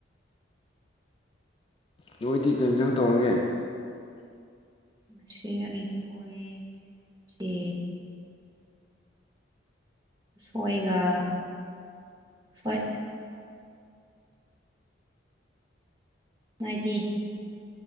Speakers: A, on the left; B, on the right.
A: ꯅꯣꯏꯗꯤ ꯀꯔꯤꯖꯪ ꯇꯧꯔꯒꯦ
B: ꯉ ꯑꯩꯈꯣꯏ ꯆꯦ ꯁꯣꯏꯒ ꯁꯣꯏ ꯉꯅꯨꯡꯥꯏꯗꯤ